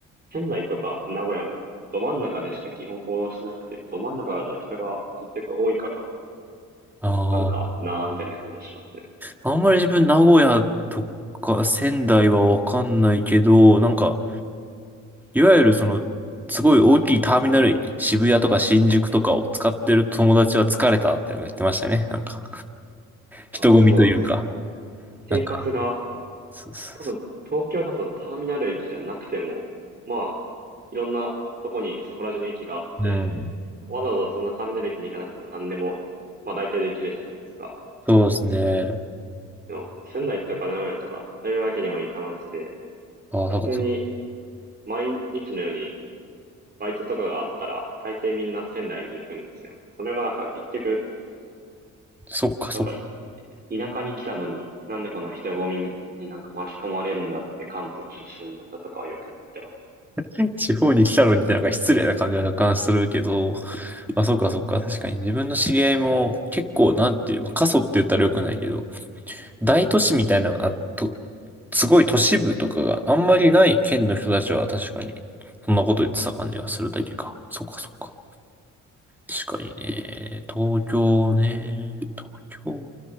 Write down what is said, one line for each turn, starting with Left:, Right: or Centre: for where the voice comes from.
Right: 仙台とか名古屋もど真ん中でしか基本行動しなくて、ど真ん中だと人が結局多いから、
Centre: あ
Right: なんかなーみたいな感じがしますね。
Centre: あ、あんまり自分名古屋とか仙台はわかんないけど、なんか、いわゆるその、すごい大きいターミナル、渋谷とか新宿とかを使ってる友達は疲れたってなんか言ってましたね。なんか、人混みというか、
Right: あ、そうなんです。生活が
Centre: なんか、そうそうそう
Right: 多分、東京だとターミナル駅じゃなくても、まあ、いろんなとこに、そこら中に駅があって、
Centre: うん。
Right: わざわざそんなターミナル駅に行かなくても何でも、まあ大体できるじゃないですか。
Centre: そうですね。
Right: でも、仙台とか名古屋とか、そういうわけにもいかなくて、
Centre: ああ、
Right: 普通に
Centre: なんかそ、
Right: 毎日のようにバイトとかがあったら、大抵みんな仙台に行くんですよ。それがなんか結局、
Centre: そっかそっか。
Right: なんか田舎に来たのに、なんでこの人混みになんか巻き込まれるんだって関東出身の人とかはよく言ってますね。
Centre: <laughs> 地方に来たのにってなんか失礼な感じは若干するけど、まあそっかそっか。確かに自分の知り合いも結構なんていう、まあ過疎って言ったら良くないけど、大都市みたいな、あと、すごい都市部とかがあんまりない県の人たちは確かに、そんなこと言ってた感じがするだけか。そっかそっか。確かにね。東京ね。東京。